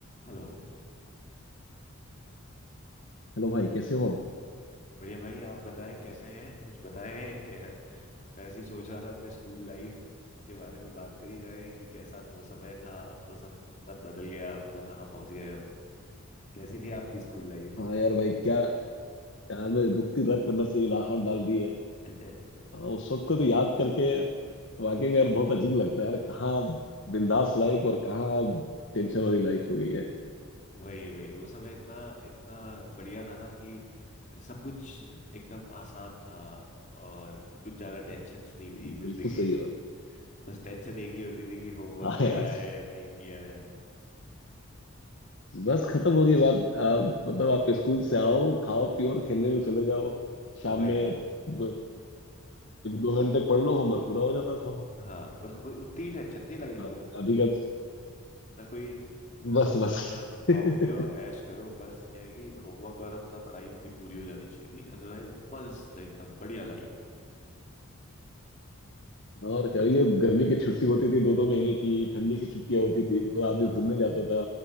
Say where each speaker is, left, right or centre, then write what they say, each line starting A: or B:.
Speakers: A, on the left; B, on the left.
A: हेलो
B: Hello भाई कैसे हो
A: बढ़िया भाई आप बताएं कैसे हैं कुछ बताएं <laughs> ऐसी सोच रहा था अपने स्कूल लाइफ के बारे में बात करी जाए कि कैसा तो वो समय था अब तो सब सब बदल गया अब तो कहाँ पहुंच गए हम कैसी थी आपकी स्कूल लाइफ
B: हाँ यार भाई क्या यार मेरे दुखती रग पे नस हाथ डाल दी है
A: <laughs>
B: हाँ उस वक्त को तो याद करके वाकई में यार बहुत अजीब लगता है यार कहाँ बिंदास लाइफ और कहाँ टेंशन वाली लाइफ हो गई है
A: वही वही वो समय इतना इतना बढ़िया था ना कि सब कुछ एकदम आसान था और कुछ ज्यादा टेंशन्स नहीं
B: बिल्कुल
A: थी जिंदगी
B: सही
A: की
B: बात
A: बस टेंशन एक ही होती थी कि होमवर्क
B: हाँ
A: किया
B: यार
A: है या नहीं किया है
B: बस खत्म हो गई बात आ, मतलब आप स्कूल से आओ खाओ पियो और खेलने में चले जाओ
A: वही
B: शाम में दो दो घंटे पढ़ लो होमवर्क पूरा हो जाता था वो।
A: हाँ बस वो उतनी ही टेंशन थी लाइफ
B: अब-
A: में
B: अभी का
A: ना कोई अ,
B: बस
A: मतलब
B: बस
A: अपना खाओ
B: <laughs>
A: पियो ऐश करो बस ये है कि होमवर्क और अपना पढ़ाई थोड़ी पूरी हो जानी चाहिए थी अदरवाइज मस्त एकदम बढ़िया लाइफ
B: और क्या ये गर्मी की छुट्टी होती थी दो दो महीने की ठंडी की छुट्टियां होती थी और आदमी
A: हाँ
B: घूमने जाता था